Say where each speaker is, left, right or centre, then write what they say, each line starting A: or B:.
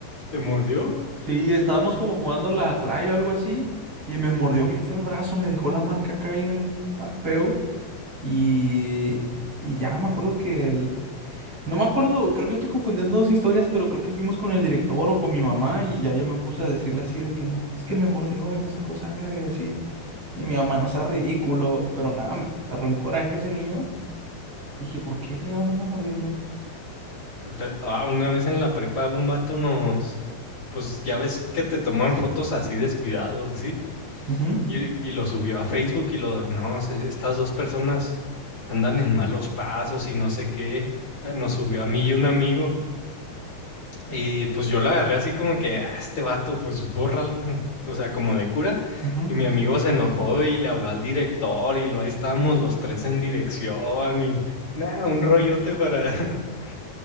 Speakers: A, on the left; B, on the right.
A: ¿Te mordió?
B: Sí, estábamos como jugando la atrae o algo así. Y me mordió bien feo el brazo, me dejó la marca acá bien ah, feo. Y, y ya me acuerdo que el- No me acuerdo, creo que estoy confundiendo dos historias, pero creo que fuimos con el director o con mi mamá y ya yo me puse a decirle así de que no, es que me mordió y me sacó sangre y así. Y mi mamá no sea ridículo, pero nada, me agarró un coraje ese niño. Dije, ¿por qué fregados me anda mordiendo?
A: Te- Ah, una vez en la prepa un vato nos... Pues ya ves que te toman fotos así descuidado, así.
B: Ujú,
A: Y, y lo subió a Facebook y lo, no, se- estas dos personas andan en malos pasos y no sé qué. Eh, Nos subió a mí y un amigo. Y pues yo lo agarré así como que, "Ah, este vato, pues bórralo. O sea, como de cura.
B: ujú,
A: Y mi amigo se enojó y le habló al director y lo, ahí estábamos los tres en dirección y nada, un rollote para, <laughs>